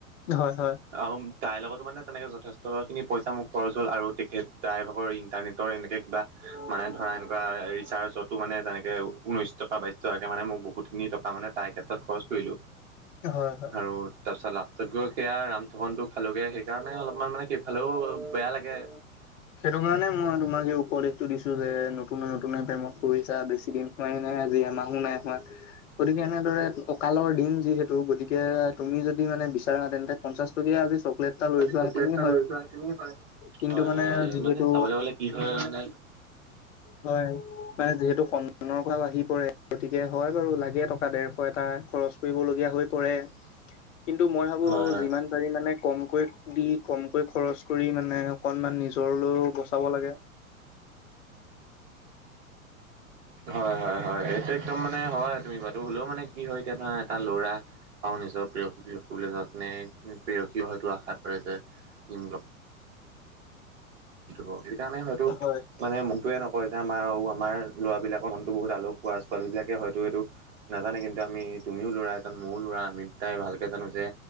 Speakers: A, on the left; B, on the right.
A: হয় হয়।
B: আৰু তাইৰ লগতো মানে তেনেকে যথেষ্টখিনি পইচা মোৰ খৰচ হ'ল আৰু টিকেট তাইৰ ভাগৰ ইণ্টাৰনেটৰ এনেকে কিবা মানে ধৰা এনেকুৱা ৰিচাৰ্জতো মানে তেনেকে ঊনৈশ টকা বাইশ টকাকে মানে মই বহুত বহুতখিনি টকা মানে তাইৰ ক্ষেত্ৰত খৰছ কৰিলোঁ
A: হয় হয়
B: আৰু তাৰপিছত লাষ্টত গৈ সেইয়া ৰাম ঠগনটো খালোগে সেইকাৰণে অলপমান মানে সেইফালেও বেয়া লাগে।
A: সেইটো কাৰণে মই তোমাক এই উপদেশটো দিছো যে নতুনে নতুনে প্ৰেমত কৰিছা বেছি দিন হয় নাই আজি এমাহো নাই হোৱা। গতিকে এনেদৰে অকালৰ দিন যিহেতু গতিকে তুমি যদি মানে বিচাৰা তেন্তে পঞ্চাশ টকীয়া আজি চকলেট এটা লৈ যোৱাহেঁতেনেই
B: চকলেট এটা
A: হয়
B: লৈ যোৱা হেঁতেনো হয়।
A: কিন্তু
B: হয়
A: মানে
B: হয়
A: যিহেতু
B: মানে চাবলৈ গ'লে কি হয় মানে
A: হয়। মানে যিহেতু সন্মানৰ কথা আহি পৰে, গতিকে হয় বাৰু লাগে টকা দেৰশ এটা খৰছ কৰিবলগীয়া হৈ পৰে, কিন্তু মই ভাবো
B: হয় হয়।
A: যিমান পাৰি মানে কমকৈ দি কমকৈ খৰচ কৰি মানে অকনমান নিজৰলৈও বচাব লাগে।
B: হয় হয় হয় এইটো একদম মানে হয় তুমি কোৱাটো হ'লেও মানে কি হয় এতিয়া ধৰা এটা ল'ৰা আৰু নিজৰ প্ৰেয়সীক‌ লগ কৰিবলৈ যোৱা কাৰাণে‌ প্ৰেয়সীও হয়তো আশা কৰে যে ই‌ মোক‌‌ লগ এইটো লোৱা সেইকাৰণে হয়তো
A: হয়
B: মানে মনটোৱে নকয় যে আমাৰ আৰু আমাৰ ল'ৰাবিলাকৰ মনতো বহুত আলসুৱা ছোৱালী বিলাকে হয়তো এইটো নাজানে কিন্তু আমি তুমিও ল'ৰা এজন ময়ো ল'ৰা আমি দুটাই ভালকৈ জানো যে